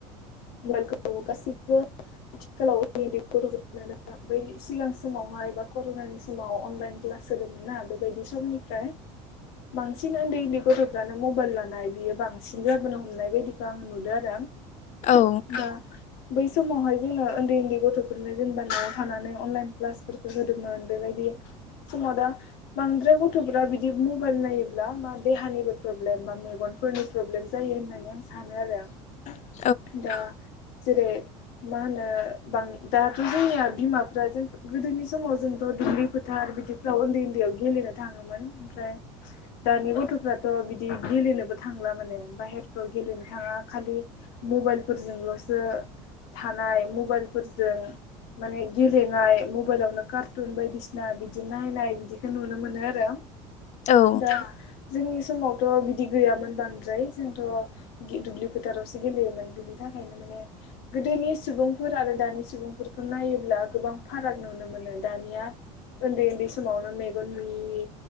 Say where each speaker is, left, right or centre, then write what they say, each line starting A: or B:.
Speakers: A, on the left; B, on the left.
A: <unintelligible> गासैबो आथिखालाव नै बे गथ'फोरनो नो बै सिगां समावहाय बा कर'नानि समाव अनलाइन क्ला स होदोंमोन ना बेबायदि समनिफ्राय बांसिन उन्दै उन्दै गथ'फ्रानो मबाइल लानाय बियो बांसिन जाबोनो हमनाय बायदिखौ आं नुदों आरो
B: औ
A: दा बै समावहाय जोंङो उन्दै उन्दै गथ'फोरनो जेनेबा न'आव थानानै अनलाइन क्लासफोरखौ होदोंमोन बेबायदि समाव दा बांद्राय गथ'फोरा बिदि मबाइल नायोब्ला मा देहानिबो प्रब्लेम बा मेगनफोरनि प्रब्लेम रेम जायो होननानै आं सानो आरो
B: <inaudible>
A: दा जेरै मा होनो दाथ' जोंनिया बिमाफ्रा जों गोदोनि समाव जोंथ' दुब्लि फोथार बिदिफ्राव उन्दै उन्दैयाव गेलेनो थाङोमोन ओमफ्राय दानि गथ'फ्राथ' बिदि दि गेलेनोबो थांला माने बाहेरफ्राव गेलेनो थाङा खालि मबाइल फोरजोंल जो थानाय मबाइलफोरजों माने गेलेनाय मबाइलावनो कार्टुन बायदिसिना बिदि नायनाय बिदिखौ नुनो मोनो आरो
B: औ
A: दा जोंनि समावथ' बिदि गैयामोन बांद्राय जोंथ' दुब्लि फोथारावसो गेलेयोमोन बिनि थाखायनो माने गोदोनि सुबुंफोर आरो दानि सुबुंफोरखौ नायोब्ला गोबां फाराग नुनो मोनो दानिया उन्दै उन्दै समावनो मेगन नुयि